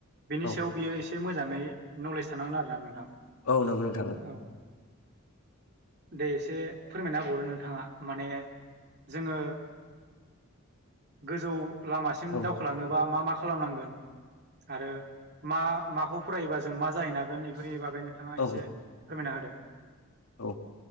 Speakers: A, on the right; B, on the left.
A: बेनि
B: औ
A: सायाव बियो एसे मोजाङै नलेज थानांगोन आरोना नोंथां
B: औ नोंगौ नोंथां ओं
A: औ दे एसे फोरमायना होबावदो नोंथाङा माने जोङो गोजौ लामासिम
B: औ
A: दावखोलांनोबा मा मा खा खालामनांगोन आरो मा माखौ फरायोबा जों मा जाहैनो हागोन एफोरनि बागै नोंथाङा
B: औ
A: एसे फोरमायना होदो
B: औ